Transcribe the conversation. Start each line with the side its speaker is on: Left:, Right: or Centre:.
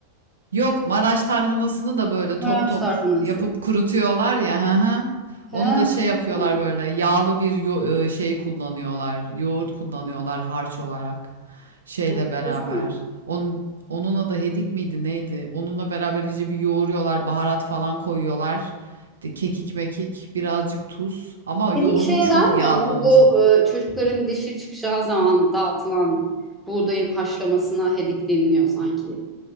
Right: Yok Maraş tarhanasını da böyle
Centre: Maraş
Right: top top
Centre: tarhanası.
Right: yapıp kurutuyorlar ya. hı hı.
Centre: He,
Right: Onu da şey yapıyorlar
Centre: bilmiyorum.
Right: böyle yağlı bir yo- e, şey kullanıyorlar. Yoğurt kullanıyorlar harç olarak şeyle
Centre: Enteresan.
Right: beraber. Onun onun adı hedik miydi neydi? Onunla beraber iyice bir yoğuruyorlar, baharat falan koyuyorlar. İşte kekik mekik, birazcık tuz ama yoğurdun
Centre: Dedik şeye
Right: çok
Centre: denmiyor
Right: yağlı
Centre: mu?
Right: olması.
Centre: Bu e, çocukların dişi çıkacağı zaman dağıtılan buğdayın haşlamasına hedik deniliyor sanki.